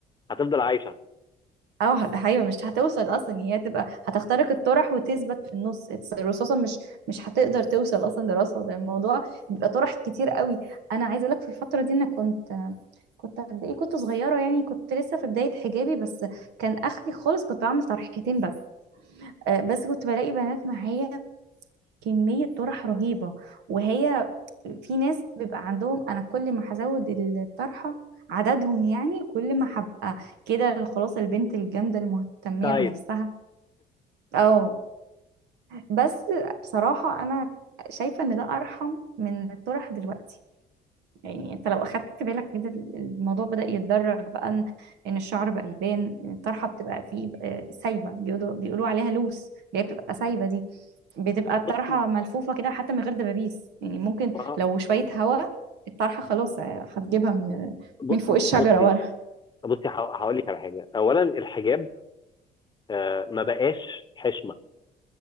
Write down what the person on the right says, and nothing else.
اه ه- ايوه مش هتوصل اصلا يعني هي تبقى هتخترق الطرح وتثبت في النص it's- الرصاصه مش مش هتقدر توصل اصلا لراسها ده الموضوع بيبقى طرح كتير قوي انا عايزه اقول لك في الفتره دي انا كنت كنت قد ايه كنت صغيره يعني كنت لسه في بدايه حجابي بس كان اخري خالص كنت بعمل طرحتين بس آه، بس كنت بلاقي بنات معايا كمية طرح رهيبة وهي في ناس بيبقى عندهم أنا كل ما هزود الطرحة عددهم يعني كل ما هبقى كده خلاص البنت الجامدة المهتمية
بنفسها اه بس بصراحة أنا شايفة إن ده أرحم من الطرح دلوقتي يعني انت لو اخدت بالك كده الموضوع بدأ يتدرج بقى ان ان الشعر بقى يبان ان الطرحه بتبقى فيه آه، سايبه بيقولوا بيقولوا عليها لوس اللي هي بتبقى سايبه دي بتبقى الطرحه
ملفوفه كده حتى من غير دبابيس يعني ممكن
لو شويه هوا الطرحه خلاص آه، هتجيبها من
من فوق
الشجره
ورا